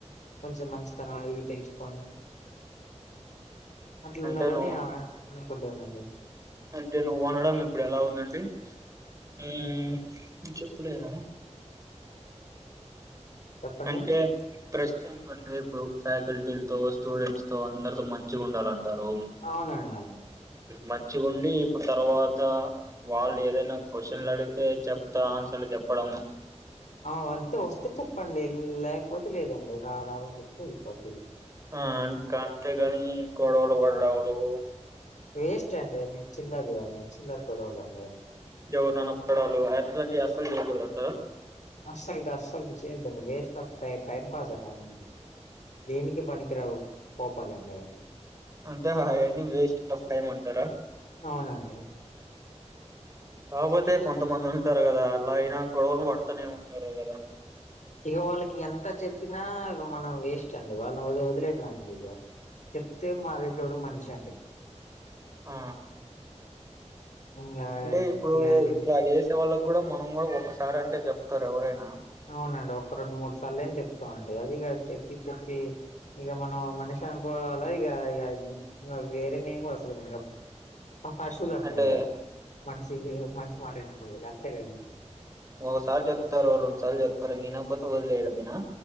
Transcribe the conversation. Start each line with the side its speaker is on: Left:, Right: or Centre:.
Left: కొంచెం మంచితనం అయి ఇయి పెంచుకొని అట్లుండదని
Right: అంటే నువ్వు
Left: ఆ-అనుకుంటానండి
Right: అంటే నువ్వు అనడం ఇప్పుడు ఎలా ఉందంటే ఉమ్ చెప్పుడేన.
Left: చెప్పండి
Right: అంటే ప్రస్తుతం అంటే ఇప్పుడు ఫ్యాకల్టీలతో స్టూడెంట్స్ తో తో అందరితో మంచిగా ఉండాలంటారు
Left: అవునండి
Right: మంచిగా ఉండి ఇప్పుడు తర్వాత వాళ్ళు ఏదైనా క్యూషన్లు అడిగితే చెప్తా ఆన్సర్లు చెప్పడం
Left: ఆ అంతే వస్తే చెప్పండి లేకపోతే లేదండి రారాదనీ చెప్తే అయిపోతది
Right: ఆ ఇంకా అంతేగాని గొడవలు పడవడలు
Left: వేస్ట్ అండి మీ చిల్లరు మీ చిల్లరు గొడవలు అండి
Right: ఎవరినన్న పొడవడాలు అట్లాంటివి అసలు చేయకూడదట కదా
Left: అసల్ అసల్ చేయొద్దండి వేస్ట్ ఆఫ్ ట-టైం పాస్ అది దేనికి దేనికి పనికిరవు కోపాలండి
Right: అంటే హా అన్ని వేస్ట్ ఆఫ్ టైం అంటారా
Left: అవునండి
Right: కాపోతే కొంతమందుంటారు కదా అలా అయినా గొడవలు పడుతునే ఉంటారు కదా
Left: ఇగ వాళ్ళకి ఎంత చెప్పినా ఇగ మనం వేస్ట్ అండి వాళ్ళను వదిలి వదిలేయడమే ఇక చెప్తే మారెటోడు మనిషి అండీ
Right: ఆ
Left: ఇంగ
Right: అంటే ఇప్పుడు
Left: ఇగ
Right: ఇట్లా చేసే వాళ్ళకు కూడా మనం కూడా ఒకసారి అంటే చెప్తారు ఎవరైనా
Left: అవునండి ఒక రెండు మూడు సార్లు ఎం చెప్తాం అండి అదిగా చెప్పి చెప్పి ఇగ మనం మనిషి అనుకోవాల ఇగ ఇగ వేరే నేమ్ కూడా వస్తది మేడం పశువులంటారా
Right: అంటే
Left: ఇగ మనిషికి మనిషి మారనాపుడు ఇగ అంతేగాద
Right: ఓసారి చెప్తారు రెండు సార్లు చెప్తారు ఇంగ ఇనకపోతే వదిలేయడమేనా